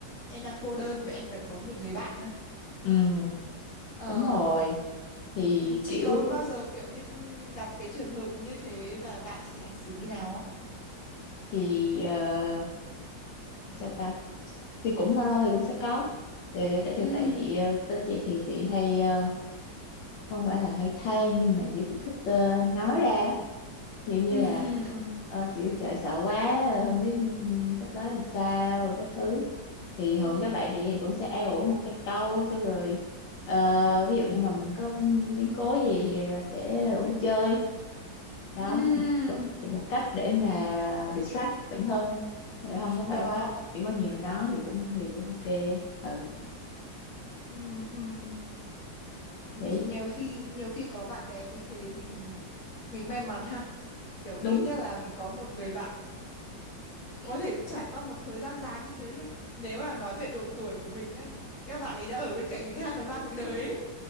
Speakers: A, on the left (about 45°); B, on the left (about 80°).
A: em đang cô đơn và em cần có một người bạn thôi
B: ừ
A: ờ
B: đúng rồi thì
A: ừ, chị
B: kiểu
A: có bao giờ kiểu như gặp cái trường hợp như thế và bạn chị hành xử như nào không
B: thì ờ, sao ta thì cũng lâu lâu thì cũng sẽ có Ừ, tại chiều
A: ừ
B: tại chị ờ, tới chị thì chị hay ờ, không phải là hay than nhưng mà chị chị thích ờ, nói ra á. Vậy như
A: ừ
B: là
A: ừ ừ
B: ờ, kiểu trời sợ quá ờ, không biết ừm, sắp tới thì sao rồi cái thứ thì
A: ừ ừ
B: thường các bạn chị thì cũng sẽ an ủi một hai câu xong rồi ờ, ví dụ như mà mình có ừm, biến cố gì thì là sẽ rủ đi chơi đó
A: ừ
B: thì một cách để mà distract bản thân để không có
A: vâng
B: phải quá chỉ có nhiều mà nói thì cũng thì cũng ok ừ
A: ừ ừ
B: đấy
A: nhiều khi nhiều khi có bạn bè như thế mình mình may mắn ha kiểu
B: đúng
A: ít nhất là mình có một người bạn có thể trải qua một thời gian dài như thế luôn ấy. nếu mà nói về độ tuổi của mình nhá các bạn ấy đã ở bên cạnh mình 2 phần ba cuộc đời ấy